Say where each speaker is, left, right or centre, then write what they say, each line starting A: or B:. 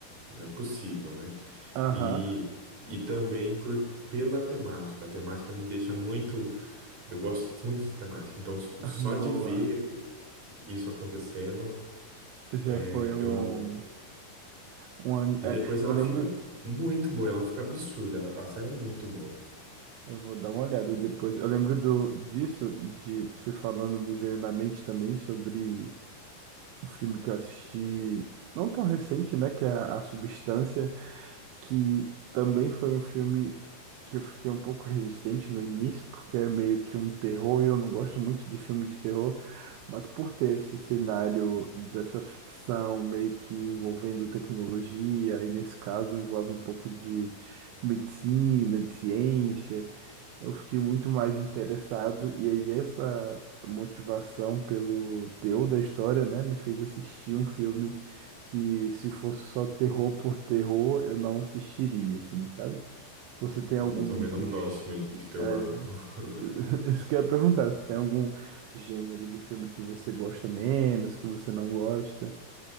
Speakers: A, on the right; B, on the right.
A: não é possível, né?
B: Aham,
A: E, e também por, pela temática. A temática me deixa muito. Eu gosto muito dessa temática. Então, s-
B: <laughs>
A: só de
B: boa.
A: ver isso acontecendo,
B: Já
A: é,
B: foi um,
A: eu.
B: um an-
A: E
B: é,
A: depois ela
B: eu lembro,
A: fica
B: que-
A: muito boa, ela fica absurda. A a série é muito boa.
B: eu vou dar uma olhada depois. Eu lembro do, disso, de você falando, me veio na mente também sobre um filme que eu assisti, não tão recente, né? Que é A Substância. que também foi um filme que eu fiquei um pouco resistente no início, porque é meio que um terror, e eu não gosto muito de filme de terror, mas por ter esse cenário dessa ficção meio que envolvendo tecnologia, e nesse caso envolve um pouco de medicina, de ciência eu fiquei muito mais interessado, e aí essa motivação pelo teor da história, né, me fez assistir um filme que, se fosse só terror por terror, eu não assistiria, assim, sabe? Você tem algum.
A: É, Eu também não
B: gê-
A: gosto muito de terror,
B: É...
A: não. <laughs>
B: <laughs> Isso que eu ia perguntar, se tem algum gênero de filme que você gosta menos, que você não gosta?